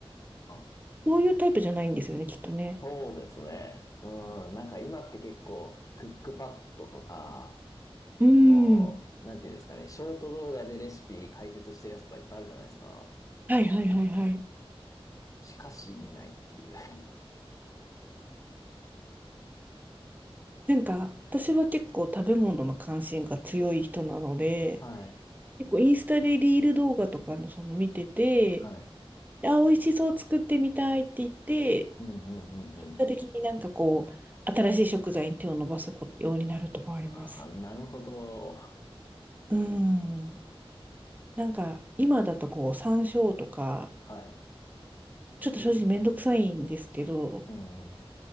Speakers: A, on the left (about 35°); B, on the right (about 15°).
A: あ、
B: そういうタイプじゃないんですよね、きっとね。
A: そうですね。うん。なんか今って結構、クックパッドとか、
B: うーん。
A: その、なんていうんですかね、ショート動画でレシピ解説してるやつとかいっぱいあるじゃないですか。
B: はいはいはいはい。
A: しかし見ないっていう。<laughs>
B: なんか、私は結構食べ物の関心が強い人なので、
A: はい。
B: 結構インスタでリール動画とかのその見てて、
A: はい。
B: あ、美味しそう作ってみたいって言って、
A: うん、うん、うん、うん。
B: 結果的になんかこう、新しい食材に手を伸ばすようになるとかあります。
A: ああ、なるほど。
B: うーん。なんか、今だとこう、山椒とか、
A: はい。
B: ちょっと正直めんどくさいんですけど、
A: うん、うん。